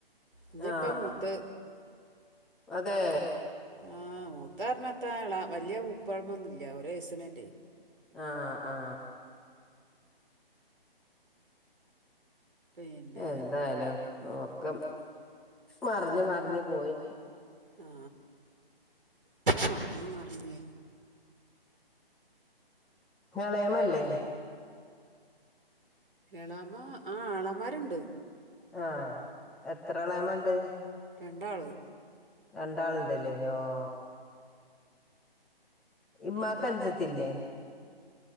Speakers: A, on the right; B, in the centre.
A: ഇന്റെപ്പെ
B: ആ
A: മൂത്ത്
B: അതേ
A: ആ മൂത്താറിഞ്ഞാന്താ എളാ വല്യയ മൂപ്പഴമൊന്നുമല്ല ഒരു വയസിനറ്റേ
B: ആ ആ
A: പിന്നെ
B: എന്തായാലും ഒക്കെ മറിഞ്ഞ് മറിഞ്ഞ് പോയി
A: ആ <unintelligible> മർഞ്ഞി മർഞ്ഞി
B: ളയമല്ലേ
A: എളാമ്മ ആ ആളമാരുണ്ട്
B: ആഹ എത്രളാമണ്ട്
A: രണ്ടാള്
B: രണ്ടാൾണ്ട്ല്ലേ ഓ ഇമ്മാക്കഞ്ചത്തില്ലേ
A: പിന്നെ